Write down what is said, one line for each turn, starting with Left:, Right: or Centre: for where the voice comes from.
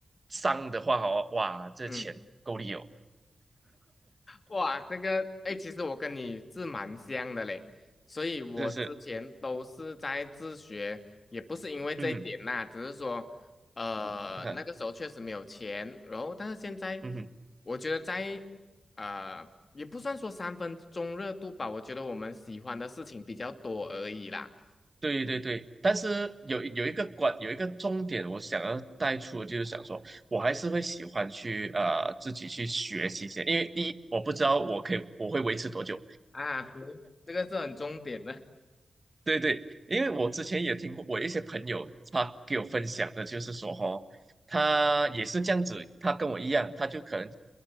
Right: 上的话，哦，哇，这钱够力哦，
Left: 嗯。哇，这个，哎，其实我跟你是蛮像的嘞，所以我之前都是在自学，
Right: 真的是，
Left: 也不是因为这一点啦，
Right: 嗯，
Left: 只是说，呃，
Right: 哼，
Left: 那个时候确实没有钱，然后但是现在，
Right: 嗯哼，
Left: 我觉得在，呃，也不算说三分钟热度吧，我觉得我们喜欢的事情比较多而已啦。
Right: 对对对，但是有有一个关有一个重点，我想要带出的就是想说，我还是会喜欢去呃自己去学习一些，因为第一我不知道我可以我会维持多久，
Left: 啊，对，这个是很重点的，
Right: 对对，因为我之前也听过，我一些朋友他给我分享的，就是说哈、哦，他也是这样子，他跟我一样，他就可能